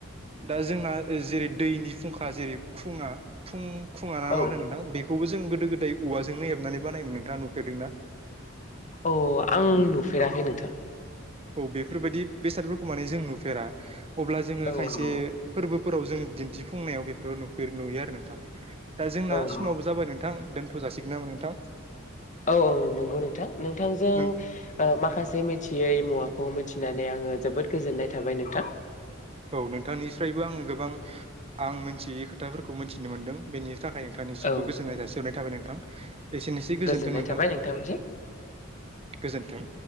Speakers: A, on the right; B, on the left.
A: दा जोंना जेरै दैनि फुंखा जेरै फुङा फुं खुङा ना
B: औ
A: मा
B: औ
A: होनो नोंथां बेखौबो जों गोदो गोदाय औवाजोंनो हेबनानै बानायोमोन नोंथाङा नुफेरदोंना?
B: औ आं नुफेराखै नोंथां।
A: बेफोरबायाददि बेसादफोरखौ माने जों नुफेरा अब्ला जोंङो
B: औ
A: खायसे
B: औ नंगौ
A: फोर फोराव जोंङो दिन्थिफुंनायाव बेफोराव नुयो आरो नोंथां दा जोंना
B: औ नों
A: समाबो जाबाय नों नोंथां दोन्थ' जासिगोन नामा नोंथां?
B: औ औ नंगौ नोंथां। नोंथांजों
A: नों
B: ओ माखासे मिथियै मुवाखौ मिथिनानै आङो जोबोद गोजोननाय थाबाय नोंथां।
A: औ नोंथांनिफ्रायबो आङो गोबां आं मिथियै खोथाफोरखौ मिथिनो मोनदों बेनि थाखाय नोंथांनिसिमबो
B: औ
A: गोजोननाय जासिहरनाय थाबाय नोंथां। एसेनोसै गोजोन्थों
B: गोजोननाय
A: नोंथां
B: थाबाय नोंथांनिसिम
A: गोजोनथों।